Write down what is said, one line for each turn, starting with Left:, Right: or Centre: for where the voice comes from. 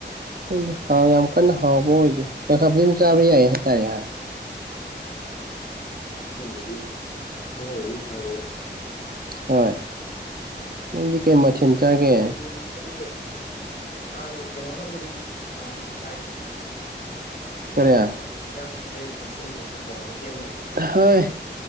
Right: <unintelligible> ꯍꯥꯎ ꯌꯥꯝ ꯀꯟꯅ ꯍꯥꯎꯕ ꯑꯣꯏꯗꯦ <unintelligible> ꯆꯥꯕ ꯌꯥꯏ ꯍꯥꯏꯇꯥꯔꯦ ꯉꯍꯥꯟ
Left: ꯑꯗꯨꯅꯕꯨꯗꯤ ꯈꯔ ꯑꯣꯏꯕꯩ ꯐꯕꯥ
Right: ꯍꯣꯏ ꯅꯪꯗꯤ ꯀꯩ ꯃꯊꯦꯟ ꯆꯥꯒꯦ
Left: ꯊꯤꯝꯃꯣꯏꯒꯤ ꯅꯍꯥꯟ ꯀꯩꯅꯣꯅꯕꯨꯗꯤ ꯍꯡꯉꯦ ꯗꯥꯏꯅꯦ ꯀꯩ
Right: ꯀꯔꯤ
Left: ꯀꯩ ꯏꯟꯖꯥꯡ ꯄꯤꯖꯩ ꯈꯣꯠꯆꯩꯅ ꯇꯧꯔꯒ ꯑꯦꯝ ꯅꯠꯇꯦ
Right: ꯍꯣꯏ